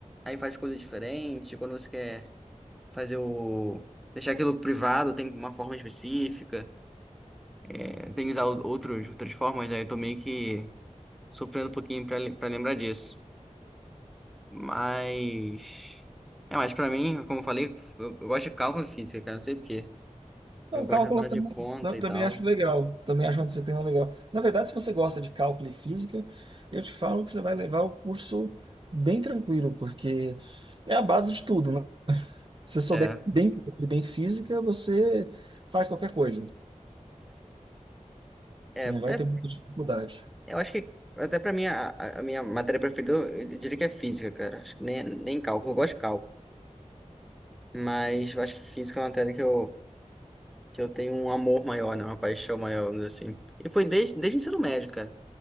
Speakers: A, in the centre; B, on the right.
A: aí faz coisa diferente. Quando você quer fazer o. Deixar aquilo privado, tem uma forma específica. É, Tem que usar o- outros, outras formas, aí Eu tô meio que sofrendo um pouquinho pra pra lembrar disso. Mas. É, mas pra mim, como eu falei, eu, eu gosto de cálculo e física, cara, não sei por quê.
B: Não,
A: Eu gosto
B: cálculo
A: da parada
B: eu também,
A: de conta
B: eu
A: e
B: também
A: tal.
B: acho legal. Também acho uma disciplina legal. Na verdade, se você gosta de cálculo e física, eu te falo que você vai levar o curso bem tranquilo, porque é a base de tudo, né? Se você souber
A: É.
B: bem, cálculo e bem física, você faz qualquer coisa.
A: É,
B: Você não vai
A: é,
B: ter muita dificuldade.
A: eu acho que até pra mim, a, a- a minha matéria preferida, eu, eu diria que é física, cara. Acho que nem, nem cálculo, eu gosto de cálculo. Mas eu acho que física é uma matéria que eu, que eu tenho um amor maior, né? Uma paixão maior, vamos dizer assim. E foi desde, desde o ensino médio, cara.